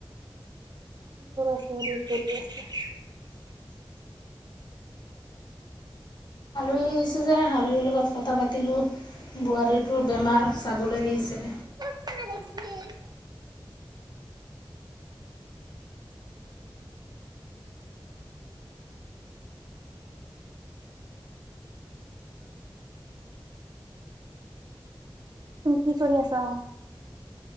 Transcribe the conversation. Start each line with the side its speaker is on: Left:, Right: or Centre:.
Right: লৰা ছোৱালী খেলি আছে।
Left: কি আহিছে যে, শালিৰিৰ লগত কথা পাতিলোঁ। বোৱাৰীটোৰ বেমাৰ, চাবলৈ আহিছে।
Right: <unintelligible> তুমি কি কৰি আছা?।